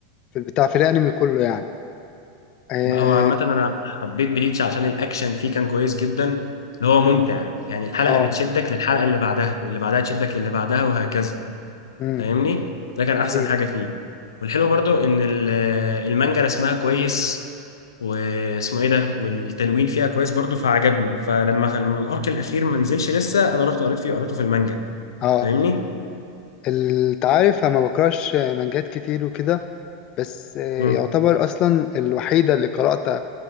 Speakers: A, on the left; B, on the left.
A: في البتاع في الأنمي كله يعني آه
B: لا، هو عامة انا حبيت بليتش عشان الاكشن فيه كان كويس جدا اللي هو
A: مم،
B: ممتع يعني الحلقة
A: آه
B: بتشدك للحلقة اللي بعدها واللي بعدها تشدك للي بعدها وهكذا
A: مم،
B: فاهمني ده كان احسن
A: أيوه
B: حاجه فيه والحلو برضو ان ال- المانجا رسمها كويس واسمه ايه ده والتلوين فيها كويس برضو فعجبني فلما لما الارك الاخير ما نزلش لسه انا رحت قريت فيه قريته في المانجا
A: آه
B: فاهمني
A: التعارف أنا ما بكرهش مانجات كتير وكده بس آه،
B: مم.
A: يعتبر أصلا الوحيدة اللي قرأتها